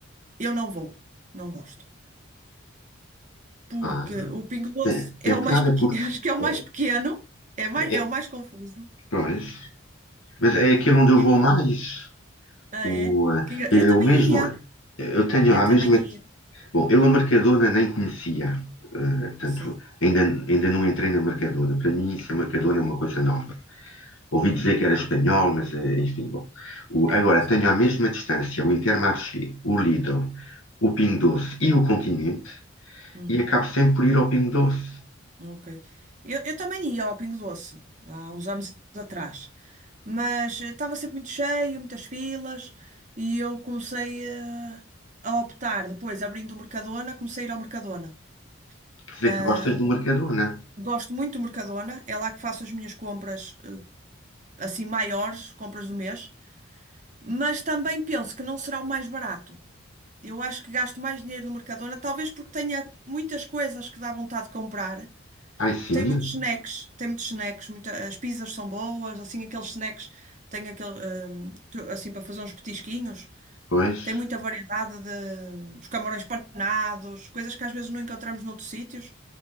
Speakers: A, on the right; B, on the left.
A: eu não vou, não gosto. porque
B: Ah,
A: o Pingo Doce
B: tem,
A: é
B: tem
A: o
B: piada
A: mais pequeno,
B: porque.
A: <laughs> acho que é o
B: eh,
A: mais pequeno, é mais,
B: é-
A: é o mais confuso.
B: pois. Mas é aquele onde eu
A: E
B: vou
A: não,
B: mais.
A: ah,
B: O,
A: é?
B: eh,
A: Que engra- Eu também
B: eu mesmo.
A: ia,
B: Eu tenho
A: eu
B: a
A: também
B: mesma
A: ia.
B: Bom, eu a Mercadona nem conhecia, eh, portanto,
A: Sim,
B: ainda, ainda não entrei na Mercadona. Para mim, isso, a Mercadona
A: ok.
B: é uma coisa nova. Ouvi dizer que era espanhol, mas eh, enfim, bom. O-
A: é,
B: agora,
A: sim.
B: tenho à mesma distância o Intermarché, o Lidl, o Pingo Doce e o Continente
A: Uhum,
B: e acabo sempre por ir ao Pingo Doce.
A: ok. Eu, eu também ia ao Pingo Doce, há uns anos atrás, mas eh, estava sempre muito cheio, muitas filas, e eu comecei eh, a optar, depois abrindo o Mercadona, comecei a ir ao Mercadona.
B: Quer dizer
A: Ah,
B: que gostas do Mercadona.
A: Gosto muito do Mercadona, é lá que faço as minhas compras ah, assim maiores, compras do mês, mas também penso que não será o mais barato. Eu acho que gasto mais dinheiro no Mercadona, talvez porque tenha muitas coisas que dá vontade de comprar.
B: Ai, sim,
A: Tem muitos
B: é.
A: snacks, tem muitos snacks, muita- as pizzas são boas, assim aqueles snacks, tem aquele, hum, tu- assim para fazer uns petisquinhos.
B: pois.
A: Tem muita variedade de os camarões panados, coisas que às vezes não encontramos noutros sítios,